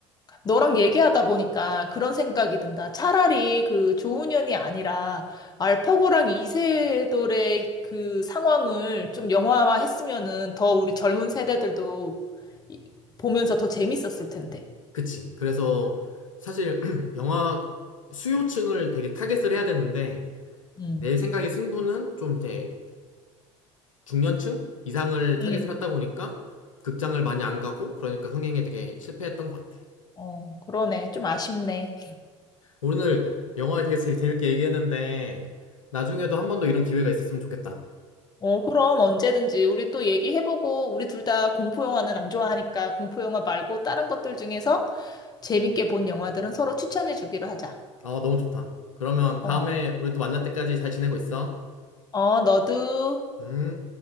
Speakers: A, on the left; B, on the left.
A: 너랑 얘기하다 보니까 그런 생각이 든다. 차라리 그 조훈현이 아니라 알파고랑 이세돌의 그 상황을 좀 영화화 했으면은 더 우리 젊은 세대들도 이- 보면서 더 재밌었을 텐데.
B: 그치 그래서 사실 <clears throat> 영화 수요층을 되게 타겟을 해야 되는데
A: 음.
B: 내 생각에 승부는 좀 이제 중년층 이상을 타겟을
A: 음.
B: 하다 보니까 극장을 많이 안 가고 그러니까 흥행에 되게 실패했던 것 같아.
A: 어, 그러네. 좀 아쉽네.
B: 오늘 영화에 대해서 되게 재밌게 얘기했는데 나중에도 한 번 더 이런 기회가 있었으면 좋겠다.
A: 어, 그럼 언제든지 우리 또 얘기해보고 우리 둘 다 공포 영화는 안 좋아하니까 공포 영화 말고 다른 것들 중에서 재밌게 본 영화들은 서로 추천해주기로 하자.
B: 아, 너무 좋다. 그러면 다음에
A: 어.
B: 우리 또 만날 때까지 잘 지내고 있어.
A: 어, 너도.
B: 음.